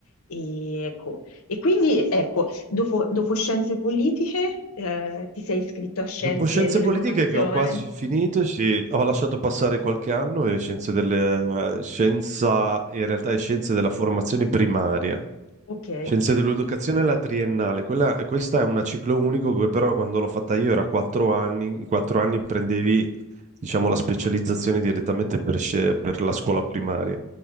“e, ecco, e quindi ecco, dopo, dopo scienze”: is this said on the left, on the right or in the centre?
Left